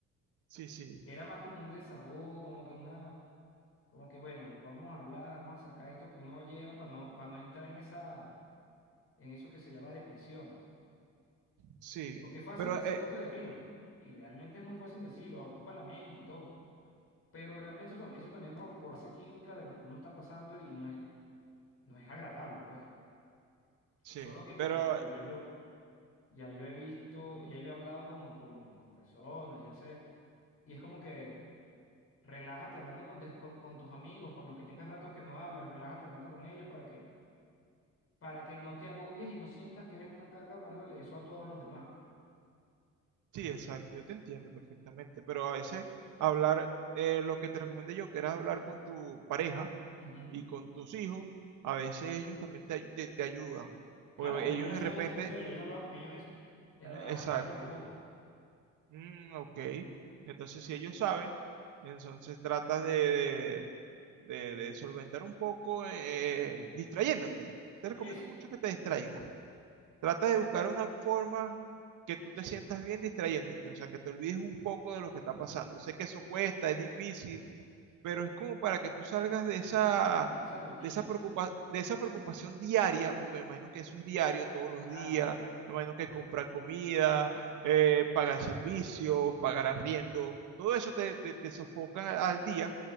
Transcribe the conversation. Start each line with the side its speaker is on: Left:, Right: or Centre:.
Right: Sí, sí,
Left: Era más como un desahogo, como que una, como que bueno, vamos a hablar, vamos a sacar esto que uno lleva para no, para no entrar en esa, en eso que se llama depresión.
Right: sí.
Left: Porque es fácil
Right: Pero
Left: decir,
Right: eh,
Left: no te deprima. Y realmente es muy fácil decirlo, ocupa la mente y todo. Pero realmente eso, tam- eso también por, por base química de lo que uno está pasando y no es, no es agradable, pues.
Right: Sí,
Left: Solo que, como
Right: pero
Left: te digo,
Right: eh,
Left: ya yo, ya yo he visto, ya yo he hablado con, con, con personas, ya sé. Y es como que relájate hablando con, des- con, con tus amigos, con los que tengas ratos que no hablas, relájate hablando con ellos para que, para que no te agobies y no sientas que eres una carga hablándole eso a todos los demás.
Right: sí, exacto, yo te entiendo perfectamente, pero a veces hablar, eh, lo que te recomendé yo, que era hablar con tu pareja
Left: Ujú.
Right: y con tus hijos, a veces ellos también te, ay- te, te ayudan,
Left: Claro,
Right: porque
Left: pero
Right: ellos
Left: ellos ya
Right: de
Left: saben
Right: repente,
Left: la situación, ya yo he hablado con ellos de eso. Es, lo- a,
Right: eh, exacto,
Left: es a lo que voy.
Right: mm, ok, entonces si ellos saben, entonces tratas de, de, de- de solventar un poco eh, distrayéndote. Te recomiendo
Left: Eso,
Right: mucho que te distraigas. Trata de buscar una forma que tú te sientas bien distrayéndote, o sea, que te olvides un poco de lo que está pasando. Yo sé que eso cuesta, es difícil, pero es como para que tú salgas de esa,
Left: esa rutina.
Right: de esa preocupa- de esa preocupación diaria, porque me imagino que eso es diario, todos los
Left: Claro,
Right: días, me imagino que comprar comida, eh, pagar servicios, pagar arriendo, todo eso te, te, te sofocan al, al día,